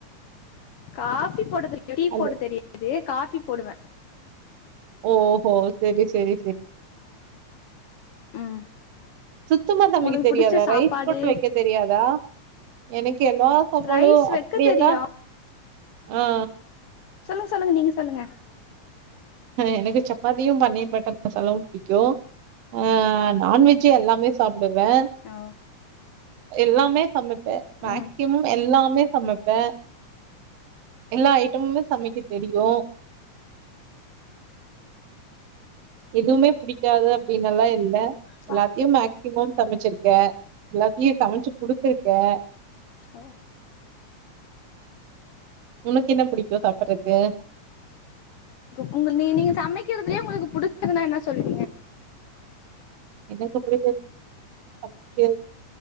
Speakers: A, on the left; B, on the right.
A: காஃபி போட தெரி டீ
B: அல்ல.
A: போட தெரியாது காஃபி போடுவ
B: ஓ ஓ சேரி சேரி சேரி
A: ம்
B: சுத்தமா சமைக்க
A: உங்களுக்கு
B: தெரியாதா
A: புடிச்ச சாப்பாடு
B: ரைஸ் கூட வெக்க தெரியாதா எனக்கு எல்லா சாப்பாடு
A: ரைஸ்
B: அப்டியேல்லா
A: வெக்க தெரியு
B: ஆ
A: சொல்லுங்க சொல்லுங்க நீங்க சொல்லுங்க
B: எனக்கு சப்பாத்தியு பன்னீர் பட்டர் மசாலாவு புடிக்கு அ நான்வெஜ் எல்லாமே சாப்புடுவே
A: ஓ
B: எல்லாமே சமைப்பே மேக்சிமம்
A: ம்
B: எல்லாமே சமைப்பே எல்லா ஐட்டமுமே சமைக்க தெரியு எதுவுமே புடிக்காது அப்டினெல்லா இல்ல
A: ப்பா
B: எல்லாத்தையு மேக்சிமம் சமைச்சிருக்கே எல்லாத்தையு சமைச்சி குடுத்திருக்கே
A: ஓ
B: உனக்கென்ன புடிக்கு சாப்பட்றக்கு
A: கு உங்க நீ நீங்க சமைக்கறதுலே உங்களுக்கு புடிச்சதுன்னா என்ன சொல்வீங்க
B: எனக்கு புடிச்சது சமைக்கற